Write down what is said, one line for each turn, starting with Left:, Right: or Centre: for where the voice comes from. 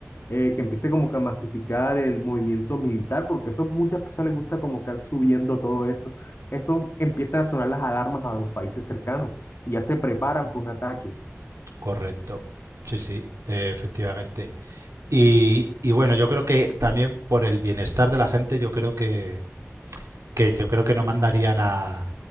Left: eh, que empiece como que a masificar el movimiento militar, porque eso muchas personas les gusta como que estar subiendo todo eso. Eso empiezan a sonar las alarmas a los países cercanos y ya se preparan para un ataque.
Right: Correcto, sí, sí, eh, efectivamente. Y, y bueno, yo creo que también por el bienestar de la gente, yo creo que, que yo creo que no mandarían a,